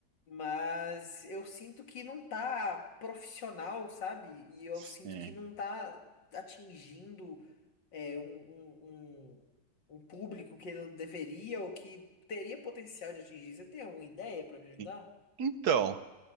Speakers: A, on the left (about 75°); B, on the right (about 60°).
A: Mas eu sinto que não tá profissional, sabe? E eu
B: sim,
A: sinto que não tá atingindo é, um, um, um- um público que ele deveria ou que teria potencial de atingir. Você tem alguma ideia pra me ajudar?
B: sim. Então,